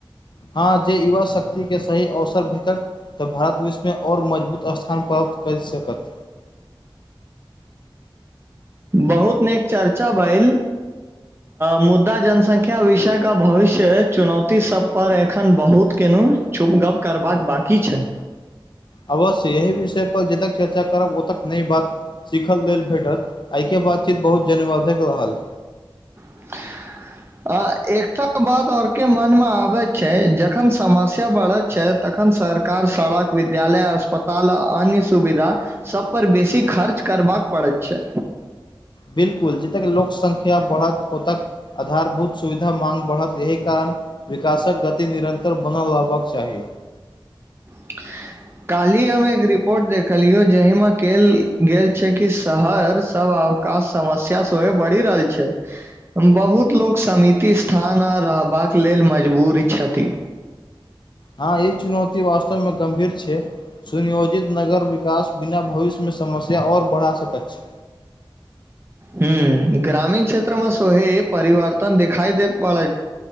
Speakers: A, on the left (about 60°); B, on the right (about 25°).
A: हँ जे युवा शक्ति के सही अवसर भेटत तऽ भारत विश्वमे आओर मजबूत स्थान प्राप्त कैर सकत
B: बहुत नीक चर्चा भइल मुद्दा जनसंख्या विषयके भविष्य चुनौती सभपर एखन बहुत केलहुँ छुप गप्प करबाक बाकी छै
A: अवश्य यही विषय पर ज तक चर्चा करब ओतक नई बात सीखल लेल भेटल एहिके बातचीत बहुत जन्यवाधक रहल
B: <inaudible> अ एकटा बात और के मन मे आबे छै जखन समस्या बढ़ैत छै तखन सरकार सड़क विद्यालय अस्पताल अन्य सुविधा सभ पर बेसी खर्च करबाक पड़ैत छै।
A: बिल्कूल जतेक लोकसंख्या बढ़त ओतऽ आधारभूत सुविधा माँग बढ़त यह कारण। विकासक गति निरन्तर बनल लेबाक चाही।
B: <inaudible> काल्हि हम एकटा रिपोर्ट देखलहुँ, जाहिमे कहल गेल छल जे शहरसभ आब का समस्या सेहोह बढ़ि रहल छै। बहुत लोक समिति स्थान आर रहबाक लेल मजबूर छथि।
A: हँ ई चुनौती वास्तवमे गम्भीर छै। सुनियोजित नगर विकास बिना भविष्यमे समस्या आओर बढ़ा सकैत छै।
B: हँ, ग्रामीण क्षेत्रमे सेहो परिवर्तन देखाइ देबऽ